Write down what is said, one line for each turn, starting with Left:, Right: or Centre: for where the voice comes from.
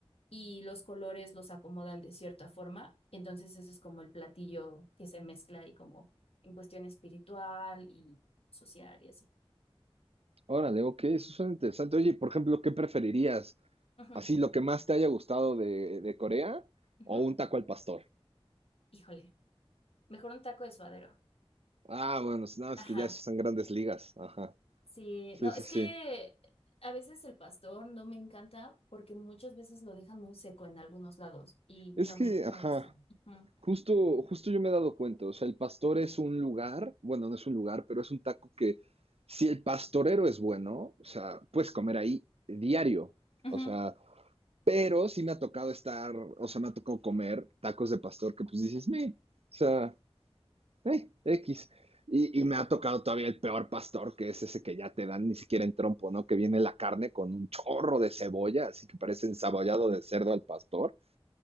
Left: y los colores los acomodan de cierta forma. Entonces ese es como el platillo que se mezcla y como en cuestión espiritual y social y así.
Right: Órale, ok, eso suena interesante. Oye, y por ejemplo, ¿qué preferirías?
Left: Ujú,
Right: ¿Así lo que más te haya gustado de, de Corea
Left: ujú.
Right: o un taco al pastor?
Left: Híjole, mejor un taco de suadero.
Right: Ah, bueno, es- no,
Left: Ajá,
Right: es que ya sí son grandes ligas. Ajá.
Left: sí,
Right: Sí,
Left: no,
Right: sí,
Left: es
Right: sí.
Left: que a veces el pastor no me encanta porque muchas veces lo dejan muy seco en algunos lados y
Right: Es
Left: no
Right: que,
Left: me, no
Right: ajá,
Left: me gusta. Ujú.
Right: justo, justo yo me he dado cuenta. O sea, el pastor es un lugar, bueno, no es un lugar, pero es un taco que si el pastorero es bueno, o sea, puedes comer ahí diario.
Left: Ujú,
Right: O sea, Pero sí me ha tocado estar, o sea, me ha tocado comer tacos de pastor que pues dices, me, o sea, eh, X. Y, y me ha tocado todavía el peor pastor, que es ese que ya te dan ni siquiera en trompo, ¿no? Que viene la carne con un chorro de cebolla, así que parece ensabollado de cerdo al pastor,